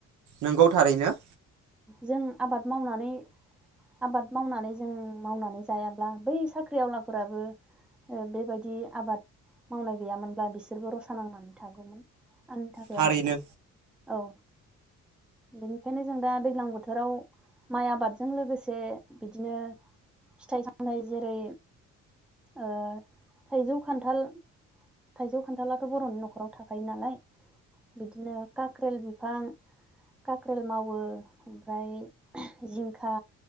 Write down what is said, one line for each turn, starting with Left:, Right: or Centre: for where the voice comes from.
Right: नोंगौ थारैनो।
Centre: जों आबाद मावनानै आबाद मावनानै जों मावनानै। जायाब्ला बै साख्रि आवलाफोराबो ओ बेबायदि आबाद मावनाय गैयामोनब्ला बिसोरबो रसा नांनानै थागौमोन। आंनि थाखाय
Right: थारैनो
Centre: आरो नोंथां औ। बेनिखायनो जों दा दैज्लां बोथोराव माइ आबादजों लोगोसे बिदिनो फिथाइ सामथाय जेरै ओ थाइजौ खान्थाल थाइजौ खान्थालाथ' बर'नि नख'राव थाखायो नालाय। बिदिनो काक्रेल बिफां काक्रेल मावो ओमफ्राय जिंखा